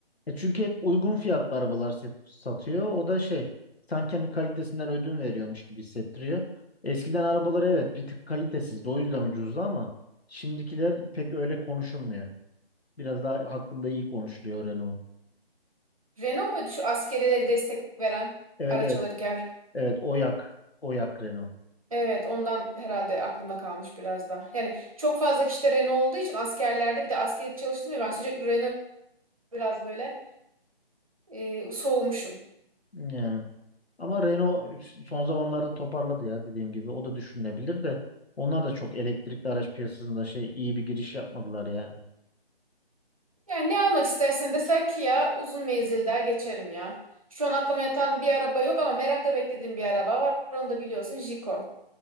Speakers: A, on the left; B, on the right.
A: E çünkü hep uygun fiyatlı arabalar set- satıyor. O da şey sanki hani kalitesinden ödün veriyormuş gibi hissettiriyor. Eskiden arabaları evet bir tık kalitesizdi. O yüzden ucuzdu ama şimdikiler pek öyle konuşulmuyor. Biraz daha hakkında iyi konuşuluyor Renault'un.
B: Renault muydu şu askerelere destek veren
A: Evet
B: araç
A: evet.
B: alırken?
A: Evet Oyak. Oyak Renault.
B: Evet, ondan herhalde aklımda kalmış biraz da. Yani çok fazla kişi de Renault olduğu için askerlerde bir de askeri çalıştım ya ben sürekli Renault biraz böyle e, soğumuşum.
A: Yani. Ama Renault son zamanlarda toparladı ya dediğim gibi. O da düşünülebilir de. Onlar da çok elektrikli araç piyasasında şey iyi bir giriş yapmadılar yani.
B: Yani ne almak istersen deseler ki ya uzun menzil der geçerim ya. Şu an aklıma yatan bir araba yok ama merakla beklediğim bir araba var. Onu da biliyorsun Jiko.